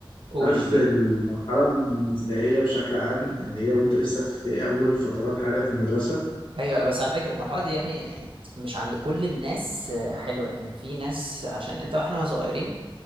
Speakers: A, on the right (about 75°); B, on the left (about 65°).
A: قول
B: عارف
A: جيجيني
B: المرحله الابتدائيه بشكل عام اللي هي وانت لسه في اول فترات حياتك في المدرسه
A: ايوه بس على فكره المرحله دي يعني مش عند كل الناس آه، حلوه يعني في ناس آه، عشان انت واحنا صغيرين